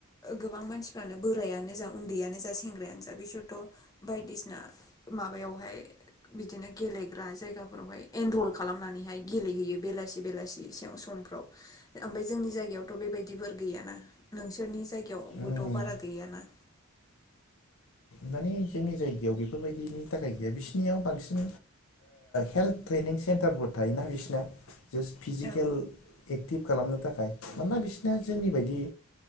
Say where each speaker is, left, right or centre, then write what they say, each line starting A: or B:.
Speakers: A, on the left; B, on the left.
A: गोबां मानसिफ्रानो बोरायानो जा उन्दैयानो जा सेंग्रायानो जा बिसोरथ' बायदिसिना माबायावहाय बिदिनो गेलेग्रा जायगाफोरावहाय एनरल खालामनानैहाय गेलेहैयो बेलासि बेलासि समफ्राव ओमफ्राय जोंनि जायगायावथ' बेबायदिफोर गैयाना नोंसोरनि जायगायावबोथ'
B: उम
A: बारा गैयाना?
B: माने जोंनि जायगायाव बेफोरबायदिनि थाखाय गैया बिसनियाव बांसिन हेल्थ ट्रेनिं सेन्टारफोर थायोना बिसिना जास्ट फिजिकेल
A: औ
B: एक्टिभ खालामनो थाखाय मानोना बिसिना जोंनि बदि